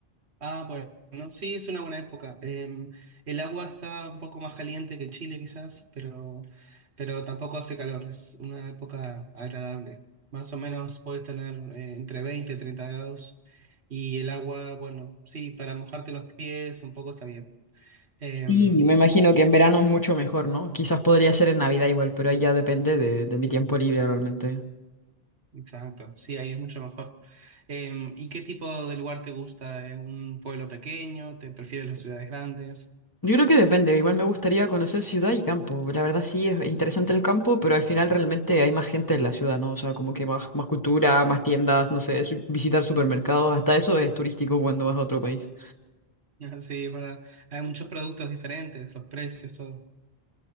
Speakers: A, on the right; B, on the left.
A: Ah, bueno, sí, es una buena época. Em, el agua está un poco más caliente que en Chile quizás, pero, pero tampoco hace calor, es una época agradable. Más o menos puedes tener eh, entre veinte, y 30 grados y el agua, bueno, sí, para mojarte los pies un poco está bien. Em,
B: Sí, me imagino que en verano es mucho mejor, ¿no? Quizás podría ser en Navidad igual, pero ahí ya depende de, de mi tiempo libre realmente.
A: exacto, sí, ahí es mucho mejor. Em, ¿y qué tipo de lugar te gusta? ¿Eh? ¿Un pueblo pequeño? ¿Te prefieres las ciudades grandes? <laughs>
B: Yo creo que depende, igual me gustaría conocer ciudad y campo. La verdad sí, es interesante el campo, pero al final realmente hay más gente en la ciudad, ¿no? O sea, como que más, más cultura, más tiendas, no sé, su- visitar supermercados, hasta eso es turístico cuando vas a otro país.
A: Sí, es verdad. Hay muchos productos diferentes, los precios, todo.